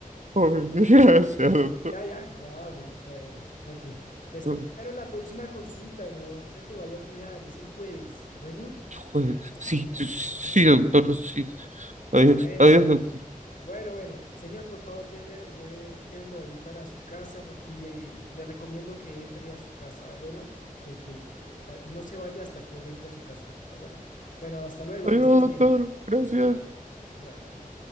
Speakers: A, on the right; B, on the left.
A: Ay, gracias, doctor.
B: Ya, ya, ya. bu- Bueno, ok. Te espero
A: Ay,
B: en la próxima consulta. No se te vaya a olvidar. Es el jueves. Bueno,
A: Jueves. Sí, sí, sí,
B: listo.
A: doctor, sí. Adiós,
B: Bueno,
A: adiós,
B: bueno.
A: doctor.
B: Bueno, bueno. Señor, por favor, lleve, lleve, llévelo ahí para su casa por- y, y le recomiendo que entre a su casa. Bueno, que, que ah, no se vaya hasta que él entre a su casa. Bueno, bueno, hasta luego.
A: Adiós,
B: Que estés
A: doctor.
B: bien.
A: Gracias.
B: Bueno.